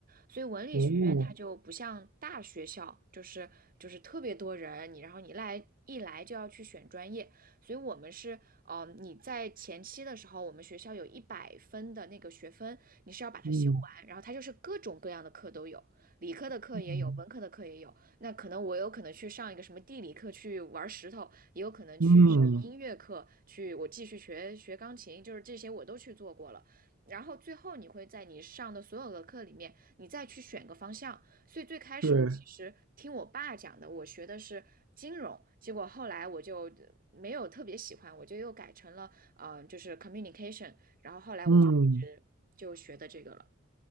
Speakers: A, on the right; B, on the right.
A: 所以文理学院它就不像大学校，
B: 哦，
A: 就是就是特别多人，你然后你来一来就要去选专业，所以我们是呃，你在前期的时候，我们学校有一百分的那个学分，你是要把它修完，
B: 嗯
A: 然后它就是各种各样的课都有，理科的课也有，
B: 嗯
A: 文科的课也有。那可能我有可能去上一个什么地理课去玩石头，也有可能去上音乐课去，
B: 嗯，
A: 我继续学学钢琴，就是这些我都去做过了。然后最后你会在你上的所有的课里面，你再去选个方向，所以最开始我其实听我爸讲的，
B: 对，
A: 我学的是金融，结果后来我就呃没有特别喜欢，我就又改成了呃，就是 communication，然后后来我就一直就学的这个了。
B: 嗯。